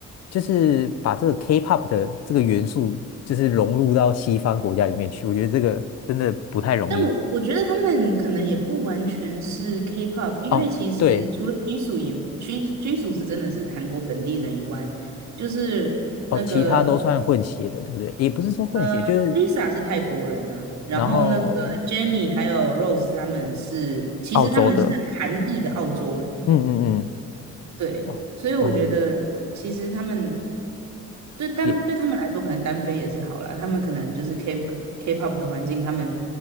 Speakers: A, on the left; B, on the right.
A: 就是把这个 K-pop 的这个元素，就是融入到西方国家里面去。我觉得这个真的不太容易。
B: 但我我觉得他们可能也不完全是 K-pop，因为其实除了拘属以拘拘属是真的是韩国本地人以外，
A: 哦，对，
B: 就是那个
A: 哦，其他都算混血的，对不对？也不是说混血，
B: 呃
A: 就是
B: Lisa 是泰国人呐、啊然后那个
A: 然后。
B: j e n n y 还有 Rose 他们是其实他们是韩裔的澳洲人。
A: 澳洲的，嗯嗯嗯，
B: 对，
A: 哦哦，
B: 所以我觉得其实他们对但对他们来说，
A: 也
B: 可能单飞也是好啦。他们可能就是 K K-pop 的环境，他们